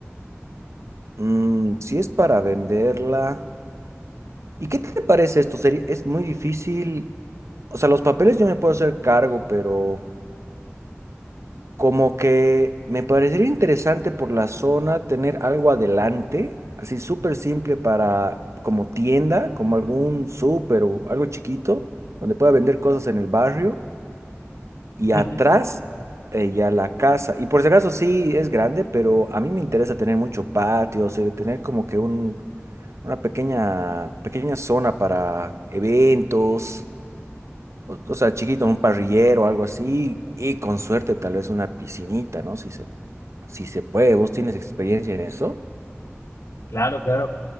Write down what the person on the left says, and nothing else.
Ujú,
Claro, claro.